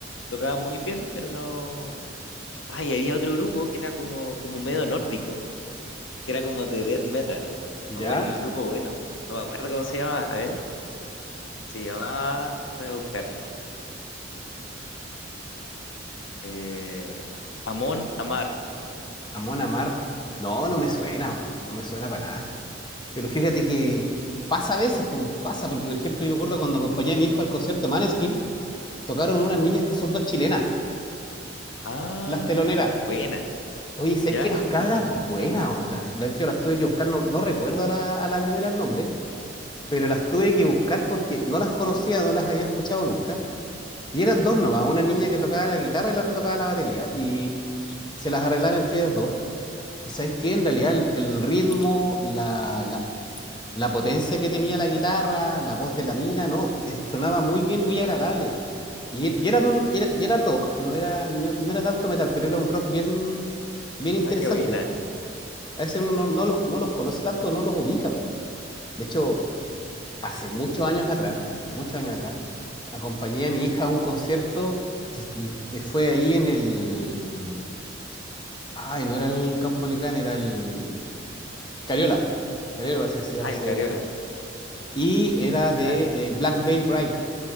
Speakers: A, on the left; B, on the left.
A: tocaban muy bien, pero no. Ay, había otro grupo que era como, como medio nórdico, que era como de death metal.
B: ¿Ya?
A: o el grupo bueno, no me acuerdo cómo se llamaba, a ver, se llamaba, déjame buscarlo. Eh, Amon Amarth
B: Amon Amar. No, no me suena, weón, no me suena para nada. Pero fíjate que pasa a veces, pum, pasa, porque por ejemplo yo me acuerdo cuando acompañé a mi hijo al concierto Maneskin, tocaron unas niñas que son dos chilenas,
A: Ah,
B: las teloneras.
A: buena,
B: Oye, ¿sabes
A: ya,
B: que las
A: y,
B: cabras buenas? weón, Las, las, de hecho, las tuve que buscar, no, no recuerdo ahora a la primera el nombre, pero las tuve que buscar porque no las conocía, no las había escuchado nunca. Y eran dos nomás, una niña que tocaba la guitarra y la otra tocaba la batería. Y se las arreglaron entre ellas dos. Y ¿sabes qué? En realidad el, el ritmo, la, la, la potencia que tenía la guitarra, la voz de la mina, no, eh, sonaba muy bien, muy agradable. Y, y era, un- era, y era rock, no era, no, no era tanto metal, pero era un rock bien, bien interesante.
A: ah, qué buena.
B: A veces uno no, no los, no los conoce tanto, no los ubica. po. De hecho, hace muchos años atrás, muchos años atrás, acompañé a mi hija a un concierto que es- eh, fue ahí en el... Ay, no era el Caupolicán, era el... Cariola. Cariola parece que se llama
A: Ah,
B: ese...
A: el Cariola,
B: Y era de
A: ya,
B: eh, Black Bay Bride,